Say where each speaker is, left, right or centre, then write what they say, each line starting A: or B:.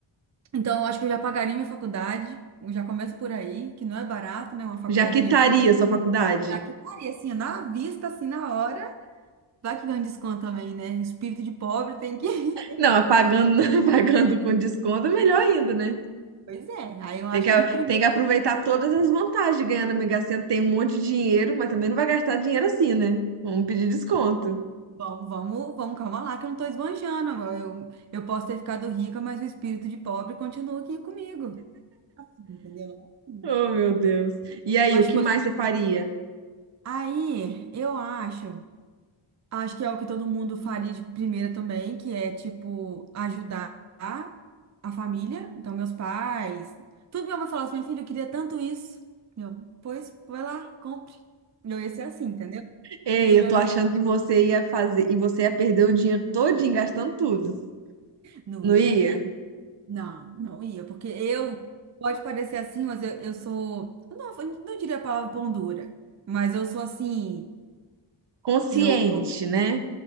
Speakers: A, on the right (about 35°); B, on the right (about 60°).
A: Então, eu acho que eu já pagaria minha faculdade. Eu já começo por aí, que não é barato, né? Uma faculdade
B: Já quitaria
A: de medicina.
B: sua faculdade?
A: Já que estaria assim, na vista, assim, na hora. Vai que ganha um desconto também, né? Espírito de pobre tem que. <laughs>
B: Não, pagando, <laughs> pagando com desconto é melhor ainda, né?
A: Pois é. Aí eu
B: Tem
A: acho
B: que,
A: que de primeiro.
B: tem que aproveitar todas as vantagens de ganhar na Mega Sena. Tem um monte de dinheiro, mas também não vai gastar dinheiro assim, né? Vamos pedir desconto.
A: Vamos, vamos, vamos, calma lá, que eu não tô esbanjando. Eu, eu posso ter ficado rica, mas o espírito de pobre continua aqui comigo. Assim, entendeu? Não é assim.
B: Oh, meu Deus. E aí,
A: Mas,
B: o que
A: tipo,
B: mais
A: assim,
B: você faria?
A: aí eu acho. Acho que é o que todo mundo faria de primeira também, que é, tipo, ajudar a família. Então, meus pais. Tudo minha mãe falou assim, minha filha, eu queria tanto isso. Eu, pois, vai lá, compre. Eu ia ser assim, entendeu?
B: Ei,
A: Ia melhorar.
B: eu tô achando que você ia fazer e você ia perder o dinheiro todinho gastando tudo.
A: Não
B: Não
A: ia?
B: ia?
A: Não, não ia. Porque eu, pode parecer assim, mas eu, eu sou. eu Não, eu não diria a palavra pão dura. Mas eu sou assim.
B: Consciente,
A: Eu,
B: né?